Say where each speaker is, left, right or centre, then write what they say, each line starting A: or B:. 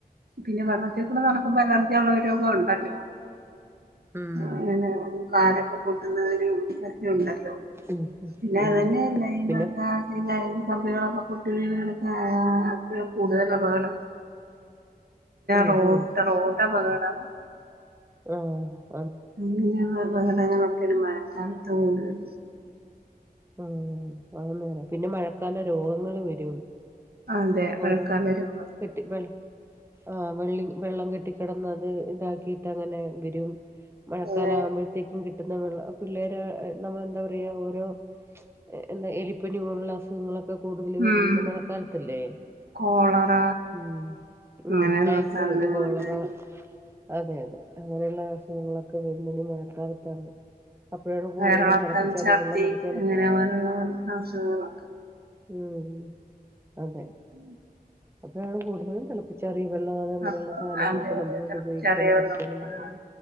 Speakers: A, on the right; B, on the right.
A: പിന്നെ വെള്ള നടക്കുമ്പോൾ അലലർജി ഉള്ള രോഗം ഉണ്ടല്ലോ
B: ഉം
A: അങ്ങനെ കാടൊക്കെ കൂട്ടുന്നവര ഉണ്ടല്ലോ
B: ഉം ഉം
A: പിന്നെ
B: ഉം
A: അതെന്നെ. <unintelligible>
B: പിന്നെ
A: <unintelligible> ആ കൂടുതൽ അബകടം
B: ഉം
A: റോട്ട
B: ഉം
A: റോട്ട പകടാ
B: ആ.
A: <unintelligible> പകടങ്ങളൊക്കേണ് മഴക്കാലത്ത് കൂടുതൽ
B: ആ ആന്നേരം പിന്നെ മഴക്കാല രോഗങ്ങള് വരും.
A: അതെ മഴക്കാലം
B: ഓരോ
A: വരുമ്പോ
B: കെട്ടി വേള. ആ വെള്ളി വെള്ളം കെട്ടിക്കെടന്നത് ഇതാക്കിയിട്ട് അങ്ങനെ വരും. മഴക്കാല
A: അതെ
B: ആകുമ്പോഴത്തേക്കും കിട്ടുന്നവെള്ള പിള്ളേർ നമ്മള എന്താ പറയാ ഓരോ എന്താ എലിപ്പനി പോലുള്ള അസുഖങ്ങളൊക്കെ കൂടുതൽ വരുന്നത്
A: ഉം
B: മഴക്കാലത്തല്ലേ
A: കോളറ
B: ഉം. ഉം
A: അങ്ങനെയുള്ള
B: ടൈഫോയിഡ്
A: സാധനങ്ങളൊക്കെ
B: കോളറ. അതെ അതെ അങ്ങനെയുള്ള അസുഖങ്ങളൊക്കെ വരുന്നത് മഴക്കാലത്താണ്. അപ്പോഴാണ് കൂടുതലും
A: വയറിളക്കം
B: തിളപ്പിച്ചറിയ
A: ഛർദി
B: വെള്ളം കുടിക്കാനൊക്കെ
A: <unintelligible> അസുഖങ്ങളൊക്കെ.
B: ഉം അതെ.
A: <inaudible>
B: അപ്പഴാണ് കൂടുതലും തിളപ്പിച്ചാറിയ വെള്ളം അതം അങ്ങനെയുള്ള
A: അപ്പൊ
B: സാധനങ്ങളൊക്കെ
A: അതെ
B: നമ്മളോട്
A: അതെ തിളപ്പിച്ചാറിയ
B: പയോഗിക്കാനും കുടിക്കാനും
A: വെള്ളം
B: പറയയുന്നത്.
A: ആ,